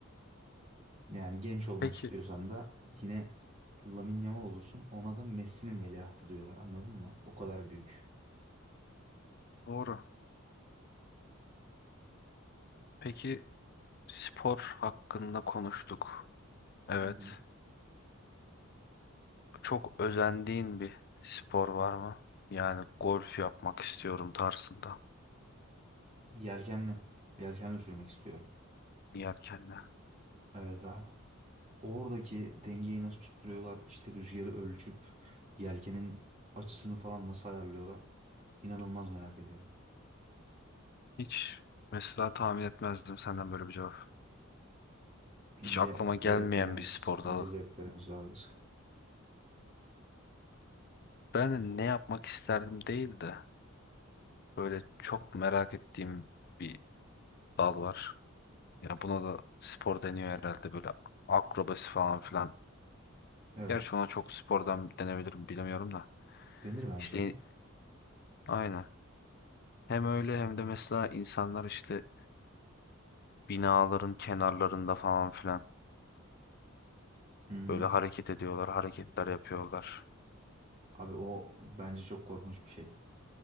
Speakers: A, on the right; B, on the left.
A: Yani genç olmak
B: Peki
A: istiyorsan da yine Lamine Yamal olursun. Ona da Messi'nin veliahtı diyorlar anladın mı? O kadar büyük.
B: doğru. Peki spor hakkında konuştuk. Evet.
A: Hı hı.
B: Çok özendiğin bir spor var mı? Yani golf yapmak istiyorum tarzında.
A: Yelkenli. Yelkenli sürmek istiyorum.
B: Yelkenle.
A: Evet abi. Oradaki dengeyi nasıl tutturuyorlar? İşte rüzgarı ölçüp yelkenin açısını falan nasıl ayarlıyorlar? İnanılmaz merak ediyorum.
B: Hiç mesela tahmin etmezdim senden böyle bir cevap.
A: İnce
B: Hiç aklıma gelmeyen
A: zevklerimiz,
B: bir spor
A: ince
B: dalı.
A: zevklerimiz vardır.
B: Ben de ne yapmak isterdim değil de böyle çok merak ettiğim bir dal var. Ya buna da spor deniyor herhalde böyle akrobasi falan filan
A: Evet.
B: Gerçi ona çok spordan denebilirim bilemiyorum da.
A: Denir bence
B: İşte
A: ya.
B: aynen. Hem öyle hem de mesela insanlar işte binaların kenarlarında falan filan
A: Hı hı.
B: böyle hareket ediyorlar, hareketler yapıyorlar.
A: Abi o bence çok korkunç bir şey.